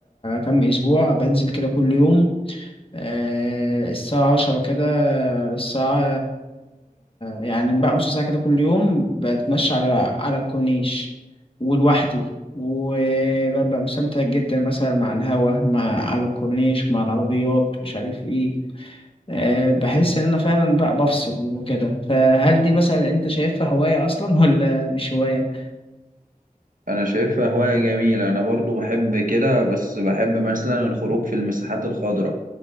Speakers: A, on the left; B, on the right.
A: كام اسبوع بنزل كده كل يوم آه الساعة عشرة كده الساعة يعني بقى نص ساعة كده كل يوم بتمشى على على الكورنيش ولوحدي وببقى مستمتع جدا مثلا مع الهوا مع على الكورنيش مع العربيات مش عارف ايه آه، بحس ان انا فعلا بقى بفصل وكده فهل دي مثلا انت شايفها هواية اصلا <laughs> ولا مش هواية؟
B: انا شايفها هواية جميلة انا برضو بحب كده بس بحب مثلا الخروج في المساحات الخضراء